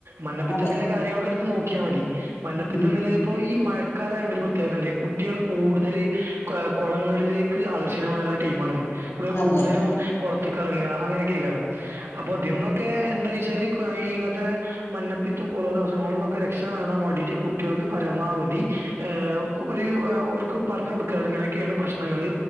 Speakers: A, on the right; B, on the left.
A: മഞ്ഞപ്പിത്തത്തിന്റെ
B: അതെ
A: കാര്യങ്ങളൊക്കെ ഇട്ത്ത് നോക്കിയാമതി. മഞ്ഞപ്പിത്ത
B: ഉം
A: നില് ഈ മഴക്കാലയോണ്ടൊരു പ്രത്യേകതണ്ട്. കുട്ട്യാള് കൂടുതൽ കോ കൊളങ്ങളിലേക്ക് ആകർഷണീയമായ ടീമാണിത് ഇവടെ കൂടുതലും
B: അതെ അതെ
A: കൊള ചുറ്റിക്കറങ്ങ അങ്ങനെക്കെയ്കാരം അപ്പൊ തിന്നൊക്കെ ന്താന്നോയ്ച്ചാല് ങ്ങത്തെ മഞ്ഞപ്പിത്ത പോലോത്ത അസുഖങ്ങളിന്നൊക്കെ രക്ഷ നേടാൻ വേണ്ടിട്ട് കുട്ട്യാൾക്ക് പരമാവധി ഏ ഓര് ഓര്ക്ക് പറഞ്ഞോട്ക ഇങ്ങനെകേണ് പ്രശ്നങ്ങള്